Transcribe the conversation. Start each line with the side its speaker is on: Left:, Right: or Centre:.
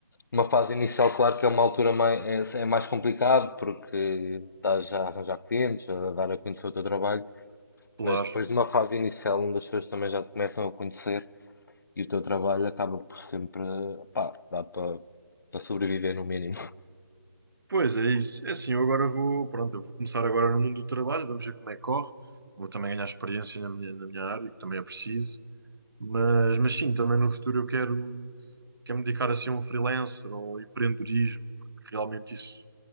Left: Uma fase inicial, claro que é uma altura mais, é, é mais complicado porque estás já a arranjar clientes, a dar a conhecer o teu trabalho,
Right: claro.
Left: mas depois de uma fase inicial onde as pessoas também já te começam a conhecer e o teu trabalho acaba por sempre, pá, dá para para sobreviver no mínimo.
Right: Pois é isso. É assim, eu agora vou, pronto, eu vou começar agora no mundo do trabalho, vamos ver como é que corre. Vou também ganhar experiência na minha, na minha área, que também é preciso. Mas, mas sim, também no futuro eu quero, quero me dedicar assim a um freelancer ou empreendedorismo, porque realmente isso